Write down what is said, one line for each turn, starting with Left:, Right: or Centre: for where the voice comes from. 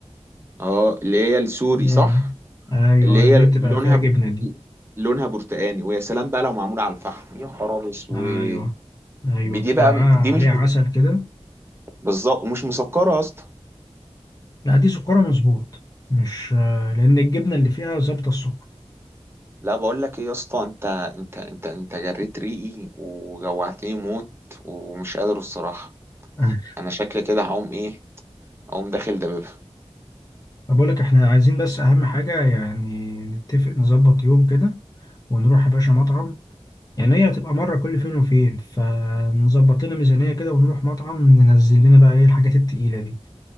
Right: اه اللي هي السوري
Left: يا.
Right: صح
Left: ايوه
Right: اللي
Left: اللي
Right: هي
Left: هي بتبقى
Right: لونها
Left: فيها جبنه
Right: ب...
Left: دي
Right: لونها برتقاني ويا سلام بقى لو معموله على الفحم يا خراب اسود
Left: ايوه ايوه
Right: دي
Left: بتبقى
Right: بقى
Left: معاها
Right: دي
Left: عليها
Right: مش
Left: عسل كده
Right: بالظبط ومش مسكره يا اسطى
Left: لا دي سكرها مظبوط مش آه، لأن الجبنة اللي فيها ظابطة السكر
Right: لا بقول لك ايه يا اسطى انت انت انت انت جريت ريقي وجوعتني موت ومش قادر الصراحه
Left: أه.
Right: انا شكلي كده هقوم ايه اقوم داخل دبابة
Left: طب أقول لك إحنا عايزين بس أهم حاجة يعني نتفق نظبط يوم كده ونروح يا باشا مطعم يعني هي هتبقى مرة كل فين وفين فنظبط لنا ميزانية كده ونروح مطعم ننزل لنا بقى إيه الحاجات التقيلة دي